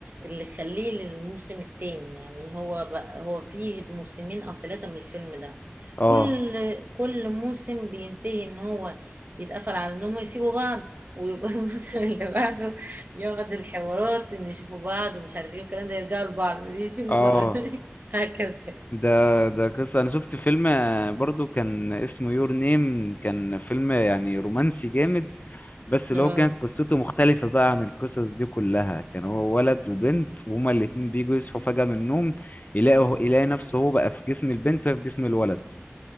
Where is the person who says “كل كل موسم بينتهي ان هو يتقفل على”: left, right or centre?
Right